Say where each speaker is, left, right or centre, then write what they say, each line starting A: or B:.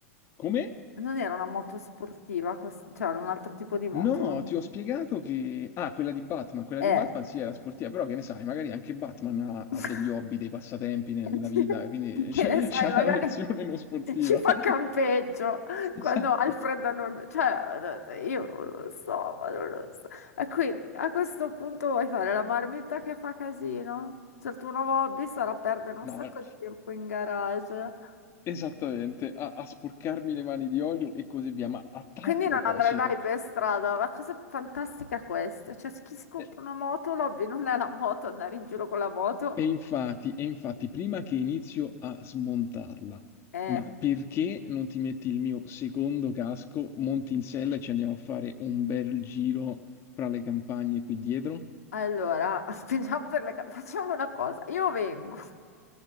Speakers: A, on the left; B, on the left.
A: Come?
B: non era una moto sportiva, quest- cioè era un altro tipo di moto?
A: No, ti ho spiegato che... Ah, quella di Batman, quella
B: Eh.
A: di Batman sì, era sportiva, però che ne sai, magari anche Batman ha,
B: <laughs>
A: ha degli hobby, dei passatempi ne-
B: <laughs>
A: nella vita, quindi
B: Che
A: <laughs> c'è
B: ne sai,
A: c'è
B: magari
A: la versione non sportiva.
B: ci fa
A: <laughs>
B: campeggio
A: Esatto.
B: quando Alfred non... Cioè, io non lo so, ma non lo so. E quindi a questo punto vuoi fare la marmitta che fa casino? Cioè, il tuo nuovo hobby sarà perdere un
A: No,
B: sacco di tempo in garage.
A: esattamente, a, a sporcarmi le mani di olio e così via. Ma a tal
B: Quindi
A: proposito,
B: non andrai mai per strada, ma cosa fantastica è questa? Cioè, chi si compra
A: eh,
B: una moto, l'hobby non è la moto, andare in giro con la moto.
A: E infatti, e infatti, prima che inizio a smontarla,
B: Eh,
A: ma perché non ti metti il mio secondo casco, monti in sella e ci andiamo a fare un bel giro fra le campagne qui dietro?
B: allora, <laughs> spingiamo per le... ca- facciamo una cosa, io vengo.